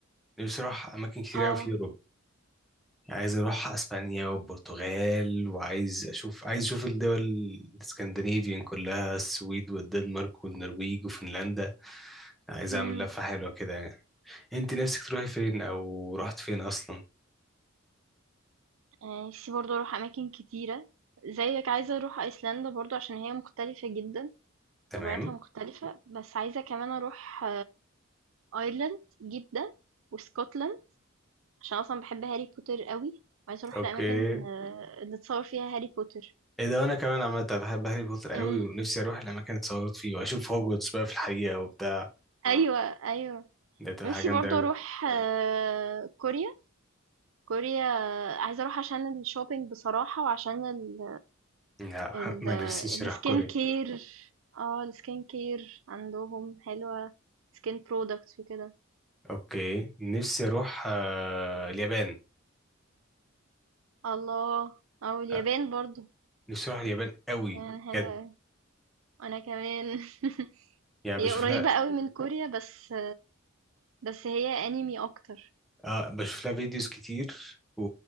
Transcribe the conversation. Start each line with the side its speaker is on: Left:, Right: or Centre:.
Centre: نفسي اروح اماكن كتير
Right: اه
Centre: قوي في اوروبا عايز اروح اسبانيا والبرتغال وعايز اشوف عايز اشوف الدول الاسكندنافيين كلها السويد والدنمارك والنرويج وفنلندا عايز
Right: امم
Centre: اعمل لفه حلوه كده يعني انت نفسك تروحي فين او رحت فين اصلا
Right: آه، نفسي برضه أروح أماكن كتيرة زيك عايزة أروح أيسلندا برضو عشان هي مختلفة جدا
Centre: تمام
Right: طبيعتها مختلفة بس عايزة كمان أروح أيرلند جدة واسكتلند عشان أصلًا باحب هاري بوتر أوي وعايزة أروح
Centre: اوكي
Right: لأماكن آآ، اللي اتصور فيها هاري بوتر.
Centre: ايه ده انا كمان عامه بحب هاري بوتر قوي
Right: إمم،
Centre: ونفسي
Right: آه.
Centre: اروح الاماكن اتصورت فيه واشوف هوجورتس بقى في الحقيقه وبتاع
Right: أيوه، أيوه.
Centre: ده تبقى
Right: نفسي
Centre: حاجه جامده
Right: برضه
Centre: قوي
Right: أروح آه، كوريا، كوريا آه، عايزة أروح عشان الshopping بصراحة وعشان ال
Centre: لا
Right: ال
Centre: ما نفسيش
Right: الskin
Centre: اروح كوريا
Right: care آه، الskin care عندهم حلوة skin products وكده.
Centre: اوكي نفسي اروح آه... اليابان
Right: الله! آه، واليابان
Centre: آه،
Right: برضه،
Centre: نفسي اروح اليابان قوي
Right: اليابان برضو يعني حلوة
Centre: بجد
Right: أوي. وأنا كمان <laughs>
Centre: يعني
Right: هي
Centre: بشوف
Right: قريبة
Centre: لها
Right: أوي من كوريا بس بس هي أنمي أكتر
Centre: اه بشوف لها فيديوز كتير و...